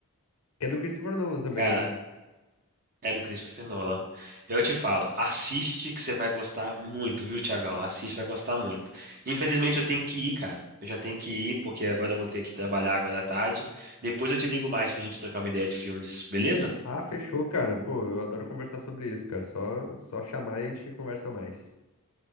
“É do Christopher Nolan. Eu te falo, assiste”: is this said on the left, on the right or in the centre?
Right